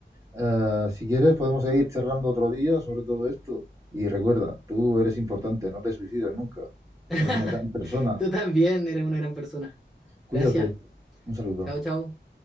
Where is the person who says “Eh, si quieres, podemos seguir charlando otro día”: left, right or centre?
Right